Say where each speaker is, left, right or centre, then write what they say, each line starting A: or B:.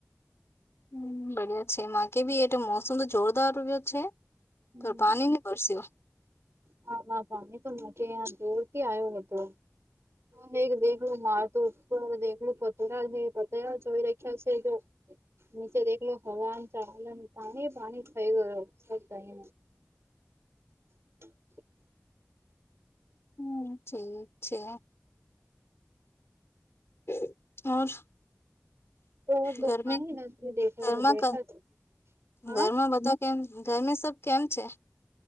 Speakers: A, on the left; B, on the right.
A: હમ બડિયા છે મા કે ભી એ તો મોસમ તો જોરદારયો છે.
B: હમ
A: તો પાણી નની પરસીઓ.
B: હા હ ભમી તો જોરથી આવ્યો ને તો. હે દેખલું માર તો ઉપર દેખલું પતરા છે પતરા ચોવી રખ્યા છે જો. નીચે દેખલો હવાન ચળનું પાણી પાણી થઈ ગું થઈ. <inaudible>
A: હ ઠીક છે. <unintelligible>
B: તો દુકાની
A: ગરમી
B: નથી દેખો
A: ઘરમાં
B: બેઠા છે. હા
A: ઘરમાં બધા <unintelligible> ઘર મે સબ કેમ છે?